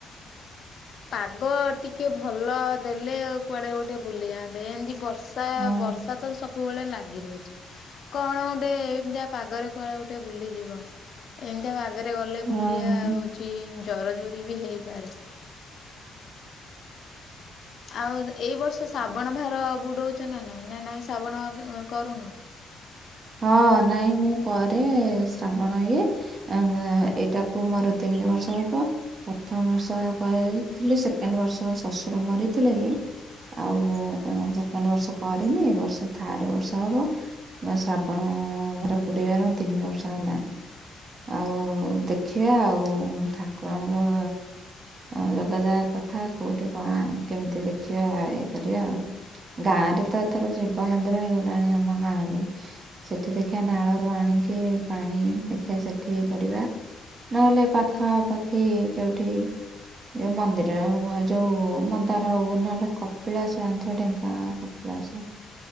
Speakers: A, on the left; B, on the right.
A: ପାଗ ଟିକେ ଭଲ ଦେଲେ କୁଆଡେ ଗୋଟେ ବୁଲିଯାଆନ୍ତେ ଏମିତି ବର୍ଷ ବର୍ଷା
B: ହଁ
A: ବର୍ଷା ତ ସବୁବେଳେ ଲାଗି ରହିଛି। କଣ ଗୁଟେ ଏମିତିଆ ପାଗରେ କୁଆଡେ ଗୁଟେ ବୁଲିଯିବ ଏମିତିଆ ପାଗରେ ରେ ଗଲେ ବୁଲି
B: ହଁ।
A: ଆଉ ହଉଚି ଜର ଜୁରି ବି ହେଇପାରେ। ଆଉ ଏଇ ବର୍ଷ ଶାବଣ ଭାର ବୁଡଉଛ ନା ନାଇଁ ନା ନାଇଁ ଶାବଣ କରୁନ?
B: ହଁ ନାଇଁ ମୁଁ କରେ ଶ୍ରାବଣ ଇଏ। ଆ ଏଇଟାକୁ ମୋର ତିନି ବର୍ଷ ହେବ। ପ୍ରଥମ ବର୍ଷ କରିଥିଲି ସେକେଣ୍ଡ ବର୍ଷ ଶଶୁର ମରିଥିଲେ ଯେ ଆଉ ସେକେଣ୍ଡ୍ ବର୍ଷ କରିନି ଏ ବର୍ଷ ଥାର୍ଡ ବର୍ଷ ହବ ଶ୍ରାବ <unintelligible> ମୋର ବୁଡ଼େଇବାର ତିନି ବର୍ଷ ହେଲାଣି। ଆଉ ଦେଖିବା ଆଉ ଠାକୁରଙ୍କ ଆଉ ଯୋଗାଯାଗ କଥା କୋଉଠି କଣ କେମିତି ଦେଖିବା ଇଏ କରିବା ଆଉ। ଗାଁ ରେ ତ ଏଥର ଶିବ ମନ୍ଦିର ହେଇଗଲାଣି ଆମ ଗାଁରେ। ସେଠି ଦେଖିବା ନାଳରୁ ଆଣିକି ପାଣି ଦେଖିବା ସେଠି ଇଏ କରିବା। ନହେଲେ ପାଖାପାଖି ଯୋଉଠି ଯୋଉ ମନ୍ଦିର ଯୋଉ ମନ୍ଦାର ହଉ ନହେଲେ କପିଳାସ ଜାଣିଥିବ ଢେଙ୍କାନଳ କପିଳାସ